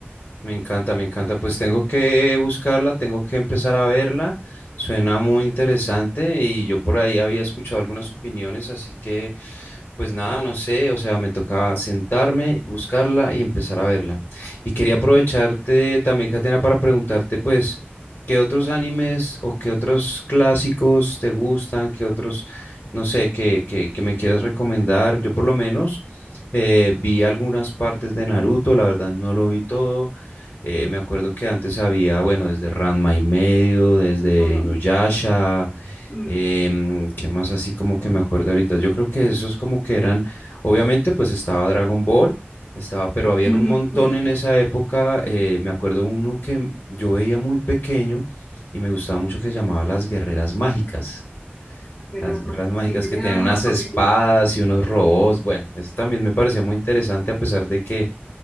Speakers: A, on the left; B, on the left.
A: Me encanta, me encanta. Pues tengo que buscarla, tengo que empezar a verla. Suena muy interesante y yo por ahí había escuchado algunas opiniones, así que pues nada, no sé, o sea, me tocaba sentarme, buscarla y empezar a verla. Y quería aprovecharte también, Catena, para preguntarte pues qué otros animes o qué otros clásicos te gustan, qué otros, no sé, que, que, que me quieras recomendar. Yo por lo menos eh, vi algunas partes de Naruto, la verdad no lo vi todo. Eh, me acuerdo que antes había, bueno, desde Ranma y medio, desde
B: Ah,
A: Inuyasha,
B: mm,
A: Em, ¿qué más así como que me acuerdo ahorita? Yo creo que esos como que eran, obviamente pues estaba Dragon Ball, estaba, pero habían
B: ujú,
A: un montón
B: ujú.
A: en esa época, eh, me acuerdo uno que m- yo veía muy pequeño y me gustaba mucho que se llamaba Las Guerreras Mágicas.
B: La Guerra
A: Las
B: de las
A: guerras
B: Magitas.
A: mágicas
B: Sí, yo
A: que
B: llegué
A: tenían
B: a ver
A: unas
B: unos
A: espadas
B: capítulos.
A: y unos robots. Bueno, eso también me parecía muy interesante a pesar de que,